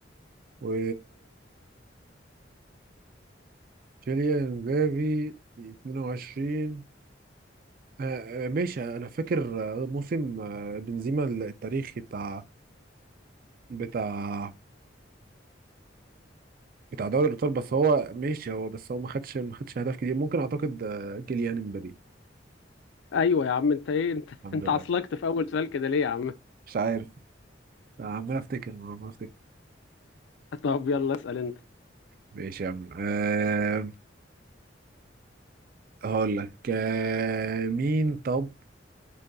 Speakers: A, on the right (about 50°); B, on the left (about 70°).
A: و كيليان امبابي 22 آه آه، ماشي انا فاكر آه، موسم آه، بنزيما التاريخي بتاع بتاع بتاع دوري الابطال بس هو ماشي هو بس هو ما خدش ما خدش اهداف كتير ممكن اعتقد آه، كيليان امبابي
B: ايوه يا عم انت ايه انت <laughs>
A: الحمد
B: انت
A: لله
B: عصلكت في اول سؤال كده ليه يا عم
A: مش عارف آه، عمال افتكر عمال افتكر
B: <laughs> طب يلا اسال انت
A: ماشي يا عم أه هقول لك أه مين طب